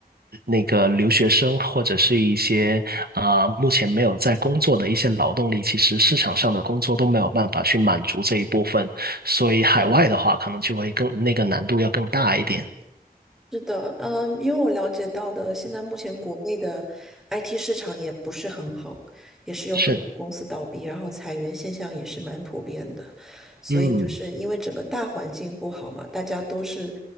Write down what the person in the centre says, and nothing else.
是的，嗯，因为我了解到的，现在目前国内的 IT 市场也不是很好，也是有很多公司倒闭，
然后裁员现象也是蛮普遍的，所以就是因为整个大环境不好嘛，
大家都是，